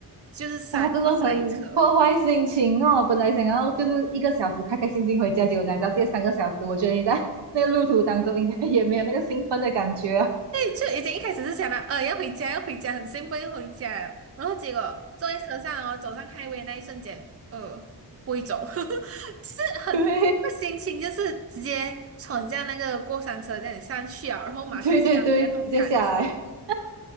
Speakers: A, on the right; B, on the right.
A: 就是塞那么塞车。
B: 哇，真的很破坏心情哦！本来想要就是一个小时开开心心回家，结果来到第三个小时，我觉得你在那个路途当中应该也没有那个兴奋的感觉啊
A: 就已经一开始是想到，呃，要回家，要回家，很兴奋要回家了然后结果坐在车上哦，走上 highway 那一瞬间，呃，不会走，<laughs> 就是很那个心情就是直接闯下那个过山车这样上去啊，
B: <laughs>
A: 然后马上下来的那种感觉。
B: 对对对对，直接下来。<laughs>